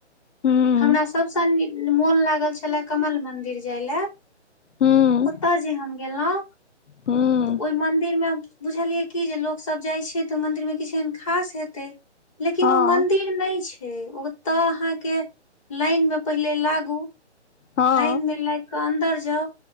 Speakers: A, on the left (about 80°); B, on the left (about 25°).
A: हूँ
B: हमरा सभसं नी- मोन लागल छले कमल मन्दिर जाइ लए।
A: हूँ
B: ओत जे हम गेलहुँ,
A: हूँ
B: त ओइ मन्दिर मे हम्- बुझलियै कि जे लोक सब जाइ छै त मंदिर मे किछ एहन खास हेतै लेकिन
A: हँ
B: ओ मंदिर नै छै। ओत अहाँके लाइन मे पहिले लागु,
A: हँ
B: लाइन मे लाइगक अन्दर जाउ,